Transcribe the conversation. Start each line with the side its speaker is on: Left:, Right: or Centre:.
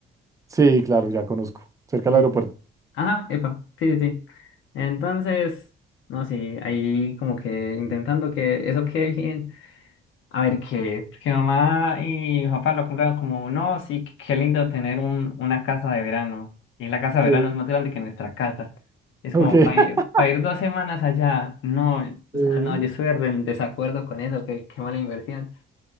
Right: Sí, claro, ya conozco. Cerca
Left: Eh,
Right: del aeropuerto.
Left: ajá, epa, sí, sí, sí. Entonces, no sé, ahí como que intentando que eso quede bien. A ver qué, porque mamá y mi papá lo compraron como, no, sí, qué qué lindo tener un, una casa de verano. Y la casa de
Right: Sí.
Left: verano es más grande que nuestra casa. Es
Right: Ok.
Left: como
Right: <laughs>
Left: para ir, pa ir dos semanas allá. No,
Right: Eh,
Left: o sea, no, yo estoy re en desacuerdo con eso, que qué mala inversión.